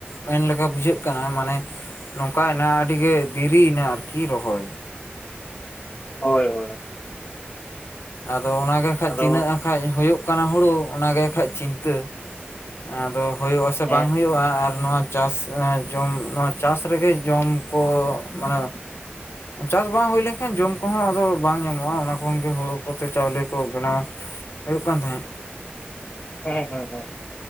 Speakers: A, on the left; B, on the left.
A: ᱢᱮᱱ ᱞᱮᱠᱟ ᱵᱩᱡᱷᱟᱹᱜ ᱠᱟᱱᱟ ᱢᱟᱱᱮ ᱱᱚᱝᱠᱟᱭᱮᱱᱟ ᱟᱹᱰᱤ ᱜᱮ ᱫᱮᱨᱤᱭᱮᱱᱟ ᱟᱨᱠᱤ ᱨᱚᱦᱚᱭ
B: ᱦᱳᱭ ᱦᱳᱭ
A: ᱟᱫᱚ ᱚᱱᱟᱜᱮ ᱠᱷᱟᱡ
B: ᱟᱫᱚ
A: ᱛᱤᱱᱟᱹᱜ ᱠᱷᱟᱡ ᱦᱩᱭᱩᱜ ᱠᱟᱱᱟ ᱦᱩᱲᱩ ᱚᱱᱟᱜᱮ ᱠᱷᱟᱡ ᱪᱤᱱᱛᱟᱹ ᱟᱫᱚ ᱦᱩᱭᱩᱜ-ᱟ ᱥᱮ
B: ᱦᱮᱸ
A: ᱵᱟᱝ ᱦᱩᱭᱩᱜᱼᱟ ᱟᱨ ᱱᱚᱣᱟ ᱪᱟᱥ ᱡᱚᱢ ᱱᱚᱣᱟ ᱪᱟᱥ ᱨᱮᱜᱮ ᱡᱚᱢ ᱠᱚ ᱢᱟᱱᱮ ᱪᱟᱥ ᱵᱟᱝ ᱦᱩᱭ ᱞᱮᱱᱠᱷᱟᱱ ᱡᱚᱢ ᱠᱚᱦᱚᱸ ᱟᱫᱚ ᱵᱟᱝ ᱧᱟᱢᱚᱜᱼᱟ ᱚᱱᱟ ᱠᱷᱚᱱ ᱜᱮ ᱦᱩᱲᱩ ᱠᱚᱛᱮ ᱪᱟᱣᱞᱮ ᱠᱚ ᱵᱮᱱᱟᱣ ᱦᱩᱭᱩᱜ ᱠᱟᱱ ᱛᱟᱦᱮᱸᱫ
B: ᱦᱳᱭ ᱦᱳᱭ ᱦᱳᱭ